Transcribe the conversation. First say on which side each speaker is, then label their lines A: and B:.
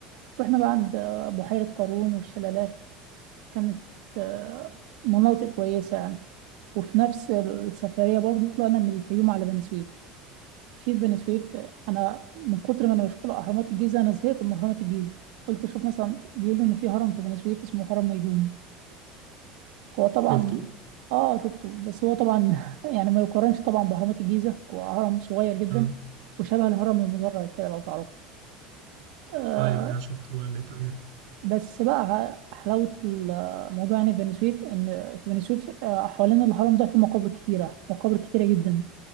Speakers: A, on the right (about 65°); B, on the right (about 85°).
A: رحنا بقى عند آه، بحيره قارون والشلالات كانت آه، مناطق كويسه يعني وفي نفس السفريه برضو طلعنا من الفيوم على بني سويف في بني سويف آه، انا من كتر ما انا بشوف الاهرامات الجيزه انا زهقت من اهرامات الجيزه قلت اشوف مثلا بيقولوا ان في هرم في بني سويف اسمه هرم ميدوم هو طبعا
B: شفته
A: اه شفته بس هو طبعا <laughs> يعني ما يقارنش طبعا بأهرامات الجيزة هو هرم صغير جدا
B: اه
A: وشبه الهرم المدرج كده لو تعرفه آه
B: ايوه ايوه شفته على النت
A: بس بقى حلاوة الموضوع يعني في بني سويف إن في بني سويف آه حوالين الهرم ده في مقابر كتيرة مقابر كتيرة جدا